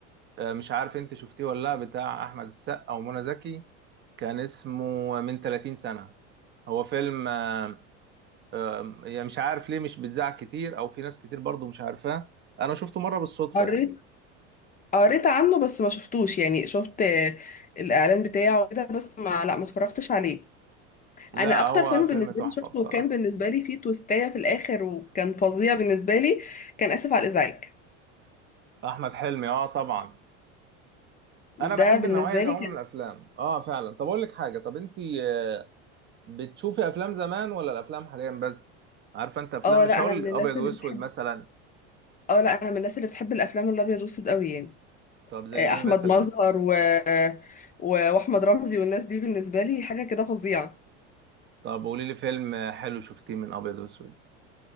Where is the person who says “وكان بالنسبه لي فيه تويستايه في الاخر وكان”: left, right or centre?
Left